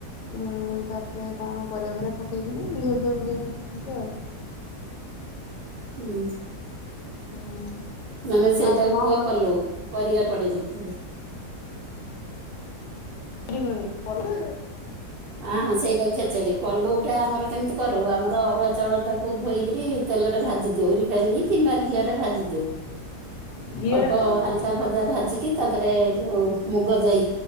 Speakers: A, on the left; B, on the right.
A: ଉଁ ତାପରେ କଣ ପରିବା ଫରିବା ପକେଇକିନି ଘିଅ ଫିଅ ପକେଇକିନି କରନ୍ତି ଆଉ।
B: ହୁଁ।
A: ହୁଁ।
B: ମାନେ ସେଇଟାକୁ
A: ଆଜି କଣ
B: କୁହ ପଲଉ
A: <inaudible>
B: ପରିବା ପଡେ ଯୋଉଥିରେ
A: <inaudible> ପଲ
B: ଅହଁ ସେଇଟା ଖେଚେଡି। ପଲଉଟା ଆମର କେମିତି କରୁ? ଆମର ଅରୁଆ ଚାଉଳ ଟାକୁ ଧୋଇକିରି, ତେଲ ଦଉ ରିଫାଇନି କିମ୍ବା ଘିଅରେ ଭାଜି ଦିଉ।
A: ଘିଅରେ
B: ଅଳ୍ପ
A: ଭାଜନ୍ତି
B: ହାଲକା
A: ହେଲେ
B: ଭଜା ଭାଜିକି, ତା ଧେରେ ଯଉ, ମୁଗ ଯାଇ,